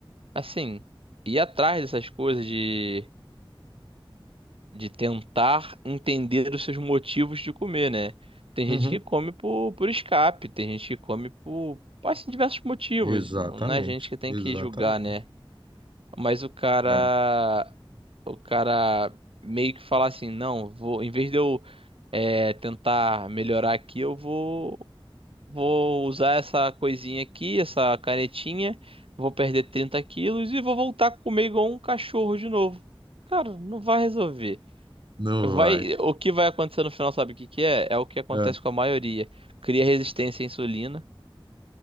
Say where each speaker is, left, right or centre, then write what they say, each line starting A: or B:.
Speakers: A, on the right (about 80°); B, on the right (about 60°).
A: Assim, ir atrás dessas coisas de, de tentar entender os seus motivos de comer, né? Tem
B: uhum.
A: gente que come por, por escape, tem gente que come por, por assim, diversos motivos.
B: Exatamente,
A: Não, não é a gente que tem
B: exatamente.
A: que julgar, né? Mas o cara,
B: É,
A: o cara meio que fala assim, não, vou, em vez de eu é, tentar melhorar aqui, eu vou Vou usar essa coisinha aqui, essa canetinha. Vou perder 30 quilos e vou voltar a comer igual um cachorro de novo. Cara, não vai resolver.
B: não
A: Vai,
B: vai.
A: o que vai acontecer no final, sabe o que que é? É o que acontece
B: É,
A: com a maioria. Cria resistência à insulina